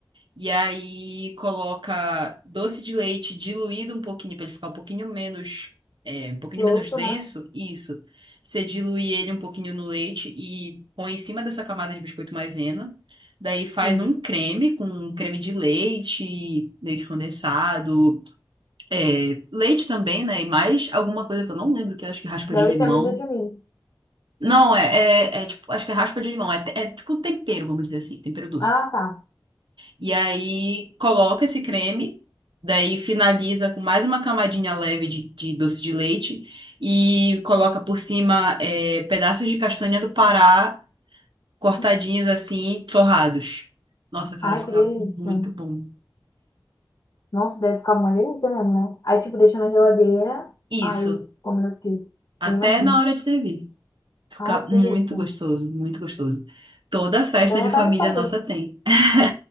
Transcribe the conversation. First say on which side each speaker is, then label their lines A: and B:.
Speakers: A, on the right (about 75°); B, on the left (about 50°).
A: E aí coloca doce de leite diluído um pouquinho para ele ficar um pouquinho menos, é, um pouquinho
B: Louço,
A: menos denso.
B: né?
A: Isso. Você dilui ele um pouquinho no leite e põe em cima dessa camada de biscoito maisena. Daí faz
B: Sim.
A: um creme com um creme de leite, leite condensado, é, leite também, né? E mais alguma coisa que eu não lembro, que eu acho que é raspa
B: Deve
A: de limão.
B: ser amido de mim.
A: Não, é, é, é tipo, acho que é raspa de limão, é, te- é tipo tempero, vamos dizer assim, tempero doce.
B: Ah, tá.
A: E aí coloca esse creme, daí finaliza com mais uma camadinha leve de, de doce de leite e coloca por cima é, pedaços de castanha do Pará cortadinhos
B: Uhum.
A: assim, torrados. Nossa, cara,
B: Ai,
A: fica
B: que delícia.
A: muito bom.
B: Nossa, deve ficar uma delícia mesmo, né? Aí, tipo, deixa na geladeira. Aí,
A: Isso,
B: como eu fiz.
A: até
B: Eu imagino.
A: na hora de servir. Fica
B: Ai, que
A: muito
B: delícia.
A: gostoso, muito gostoso. Toda festa
B: Dá vontade
A: de família
B: de fazer.
A: nossa tem. <laughs>